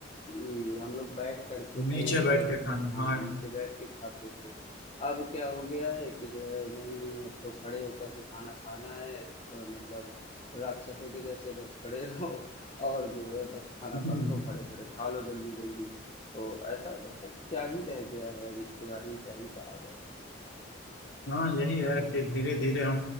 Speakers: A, on the left (about 35°); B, on the left (about 75°).
A: कि हम लोग बैठ करके
B: नीचे
A: प्रेम
B: बैठ
A: से जो
B: के
A: है
B: खाना
A: हाँ
B: हाँ
A: नीचे बैठ के खाते थे अब क्या हो गया है कि जो है नहीं नहीं अब तो खड़े होकर के खाना खाना है अ, मतलब राक्षसों के जैसे बस खड़े रहो और जो है बस खाना
B: हम्म,
A: परसो खड़े खड़े खा लो जल्दी जल्दी तो ऐसा मतलब क्या ही रह गया है अब इसके बारे में क्या ही कहा जाए
B: हाँ यही है कि धीरे धीरे हम